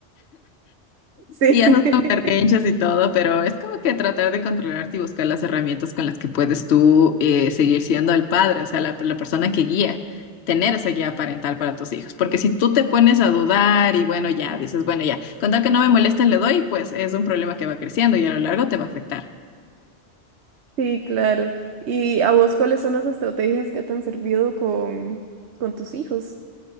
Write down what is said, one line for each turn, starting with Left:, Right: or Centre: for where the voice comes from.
Right: <laughs> sí,
Left: Y haces
Right: <laughs>
Left: tus berrinches y todo, pero es como que tratar de controlarte y buscar las herramientas con las que puedes tú eh, seguir siendo el padre, o sea, la, la persona que guía, tener esa guía parental para tus hijos. Porque si tú te pones a dudar y bueno, ya dices, bueno, ya, con tal que no me moleste le doy, pues es un problema que va creciendo y a lo largo te va a afectar.
Right: sí, claro. ¿Y a vos cuáles son las estrategias que te han servido con, con tus hijos?